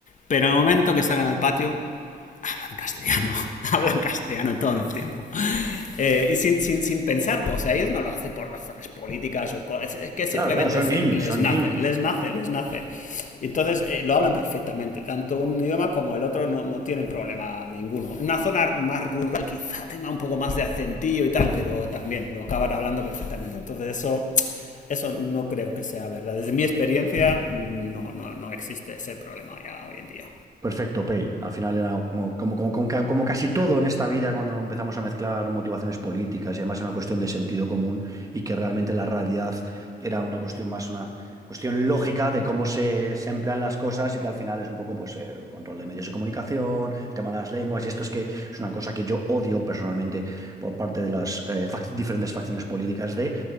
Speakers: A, on the left; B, on the right.
A: Pero en el momento que salen al patio, hablan castellano, <laughs> hablan castellano todo el tiempo. Eh, y sin, sin, sin, pensarlo, o sea, ellos no lo hacen por razones políticas o es, es que simplemente
B: Claro, claro, son niños,
A: les
B: son
A: nace,
B: niños.
A: les nace, les nace. Entonces eh, lo hablan perfectamente, tanto un idioma como el otro no, no, tienen problema ninguno. Una zona más rural quizá tenga un poco más de acentillo y tal, pero también lo acaban hablando perfectamente. Entonces eso, eso no creo que sea verdad. Desde mi experiencia mm, no, no, no existe ese problema ya hoy en día.
B: Perfecto, Pale. Al final era como, como, como- como ca- como casi todo en esta vida cuando empezamos a mezclar motivaciones políticas y además era una cuestión de sentido común y que realmente la realidad era una cuestión más, una cuestión lógica de cómo se, se emplean las cosas y que al final es un poco pues eh, control de medios de comunicación, el tema de las lenguas y esto es que es una cosa que yo odio personalmente por parte de las eh, fac- diferentes facciones políticas de